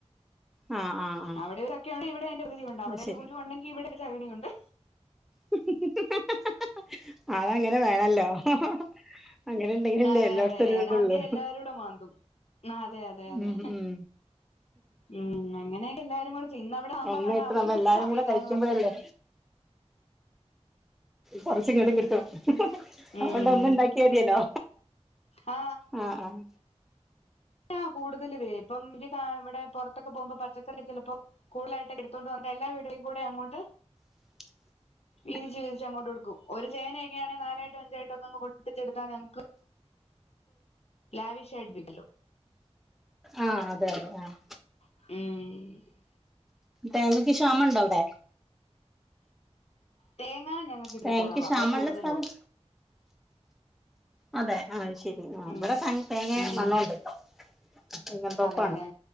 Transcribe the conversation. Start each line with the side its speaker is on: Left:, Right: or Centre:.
Centre: ആഹ് ആഹ് ആഹ് ആഹ്
Left: അവിടൊര് ചക്കയൊണ്ടേ ഇവിടെയയ്ന്റെ പകുതിയൊണ്ട്
Centre: അത്
Left: അവിടൊര്
Centre: ശരി
Left: കുരു ഒണ്ടെങ്കി ഇവിടൊര് ചക്ണിയൊണ്ട്
Centre: <unintelligible> അതങ്ങനെ വേണല്ലോ <unintelligible> ഉണ്ടെങ്കിലല്ലേ
Left: അതെ
Centre: എല്ലായിടത്തും
Left: അതെ
Centre: ഒരു ഇതുള്ളൂ
Left: മാന്ത്യാ എല്ലാവരൂടെ മാന്തും ആഹ് അതെ അതെ അതെ
Centre: ഉം ഉം
Left: മ്ഉം അങ്ങനെയെ എല്ലാരും കൂടെ ചെയ്യുന്നവി സാമ്പാറാണ്
Centre: ഒന്നായിട്ട്
Left: അവിടെ
Centre: നമ്മ
Left: ഇവിടെ
Centre: എല്ലാരും
Left: അവയിലാന്ന്
Centre: കൂടെ കഴിക്കുമ്പോഴല്ലേ
Left: പറഞ്ഞാല്
Centre: കുറച്ചിങ്ങട്ടും കിട്ടും
Left: ഉം
Centre: അത് കൊണ്ട് ഒന്നും ഇണ്ടാക്കിയമതിയല്ലോ
Left: ആ
Centre: ആഹ് ആഹ്
Left: ആഹ് കൂടുതലുംവേ ഇപ്പം ഒരു ഇവിടെ പുറത്തൊക്കെ പോകുമ്പോ പച്ചക്കറി ചെലപ്പോ കൂടുലായിട്ട് എടുത്തോണ്ട് വന്നിട്ട് എല്ലാവിടുകളികൂടെയും അങ്ങോട്ട്
Centre: <unintelligible>
Left: വീതിച്ച് വീതിച്ച്ങ്ങോട്ട് കൊടുക്കും ഒരു ചേനയൊക്കെ ആണെങ്ക നാലായിട്ടും അഞ്ചായിട്ടൊക്കെങ്ങ് പൊട്ടിച്ച് എടുത്താ ഞങ്ങക്ക് ലാവിഷൈഡ് ബിഗിലോ
Centre: ആഹ് അതെ അതെ ആഹ്
Left: മ്ഉം
Centre: തേങ്ങക്ക് ക്ഷാമംഉണ്ടോ അവിടെ
Left: തേങ്ങ ഞങ്ങൾക്ക്ത്തിരി
Centre: തേങ്ങക്ക്
Left: കുറവാ
Centre: ക്ഷാമള്ള
Left: വില കൂടുതലുംവാ
Centre: സ്ഥലം അതെ ആഹ് ശെരി ആഹ്
Left: ഉം
Centre: ഇവിടെ ഭയ്ന് തേങ്ങേ
Left: ഉം
Centre: നല്ലോണ്ട് ഇപ്പം തെങ്ങും തൊപ്പാണ്
Left: അതെല്ലേ